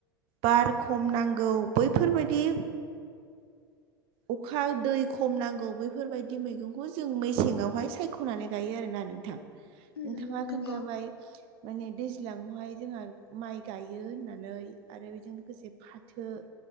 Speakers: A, on the right; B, on the left.
A: बार खम नांगौ बैफोरबायदि अखा दै खम नांगौ बैफोरबायदि मैगंखौ जों मेसेंयावहाय सायख'नानै गायो आरोना नोंथां।
B: उम
A: नोंथाङा
B: उम नंगौ
A: खोन्थाबाय माने दैज्लांयावहाय जोंहा माइ गायो होननानै आरो बेजों लोगोसे फाथो